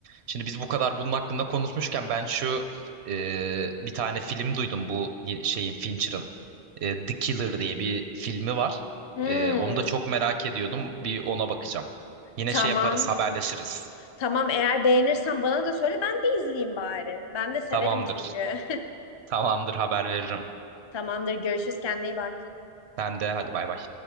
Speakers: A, on the right; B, on the left.
A: Şimdi biz bu kadar bunun hakkında konuşmuşken ben şu e, bir tane film duydum bu ye- şeyin Fincher'ın. E, The Killer diye bir filmi var.
B: Hmm,
A: E, onu da çok merak ediyordum. Bir ona bakacağım. Yine
B: tamam.
A: şey yaparız, haberleşiriz.
B: Tamam eğer beğenirsen bana da söyle ben de izleyeyim bari. Ben de severim
A: Tamamdır.
B: çünkü.
A: Tamamdır, haber veririm.
B: <laughs> Tamamdır görüşürüz kendine iyi bak.
A: Sen de hadi bay bay.